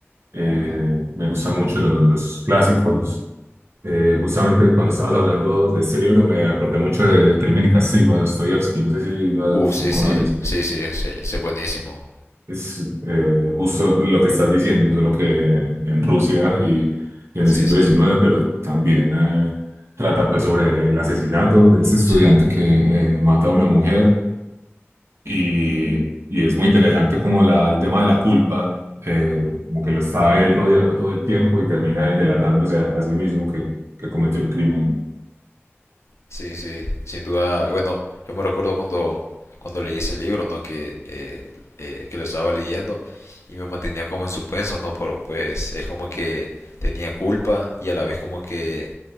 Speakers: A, on the right; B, on the left.
A: Eh, me gustan mucho los, los clásicos. Eh, justamente cuando estabas hablando de este libro me acordé mucho de Crimen y Castigo de Dostoyevsky, no sé si lo,
B: Uh,
A: has-
B: sí,
A: lo conoces.
B: sí, sí, sí, sí, sí, buenísimo.
A: Es eh, justo lo que estás diciendo, solo que en Rusia y, y en
B: Sí,
A: el siglo
B: sí,
A: XIX, pero también eh, trata pues sobre el asesinato de ese estudiante
B: sí,
A: que eh, mata a una mujer y, y es muy interesante como la, el tema de la culpa, eh, como que lo está él rodeando todo el tiempo y termina él delatándose a, a sí mismo que, que cometió el crimen.
B: sí, sí, sin duda. Bueno, yo me recuerdo cuando, cuando leí ese libro, ¿no? Que, eh, eh, que lo estaba leyendo y me mantenía como en suspenso, ¿no? Por, pues es como que tenía culpa y a la vez como que